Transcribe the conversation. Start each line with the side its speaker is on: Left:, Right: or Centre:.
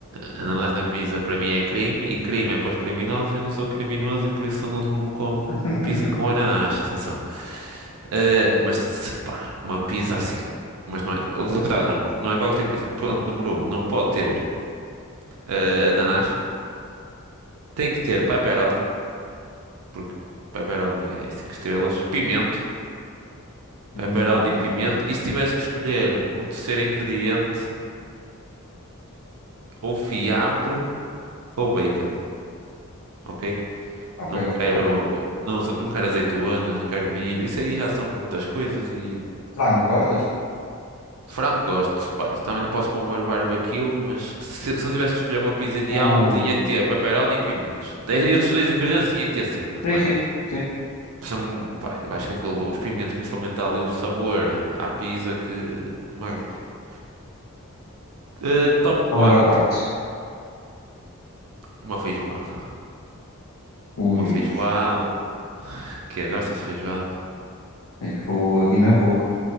Right: ananás na pizza para mim é crime e crime é para os criminosos e eu não sou criminoso e por isso eu não como
Left: <laughs>
Right: pizza com ananás, atenção. Eh, mas, pá, uma pizza assim. Mas não é, o que o que estavas a dizer, não é qualquer tipo de pizza. Ponto número um, não pode ter eh, ananás, tem que ter pepperoni, porque pepperoni é cinco estrelas, pimento, pepperoni,
Left: É muito bom pimento
Right: pimento,
Left: na pizza.
Right: e se tivesse que escolher um terceiro ingrediente, ou fiambre ou bacon, ok?
Left: Ok,
Right: Não quero,
Left: ok.
Right: não, não quero azeitonas, não quero milho. Isso aí já são muitas coisas e
Left: Frango, gostas?
Right: frango gosto. pá. Também não posso pôr molho barbecue, mas se, se eu tivesse que escolher uma pizza ideal,
Left: Ui.
Right: tinha que ter pepperoni e pimentos. E Esses dois ingredientes tinha que ter sempre,
Left: Sim,
Right: não é?
Left: sim, sim.
Right: São, pá, eu acho que aquele, os pimentos principalmente dá ali um sabor à pizza que magnífico. Eh, top
Left: Qual
Right: quatro
Left: era o quarto?
Right: uma feijoada.
Left: Ui,
Right: Uma feijoada. Que é? Gostas de feijoada?
Left: é que foi aqui não é pouco.